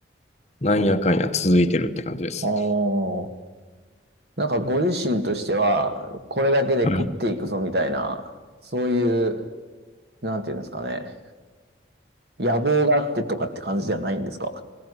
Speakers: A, on the left; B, on the right.
A: なんやかんや続いてるって感じです。
B: ああ。なんかご自身としては、これだけで食っていくぞみたいな、
A: はい。い
B: そういう、なんていうんですかね。野望があってとかって感じではないんですか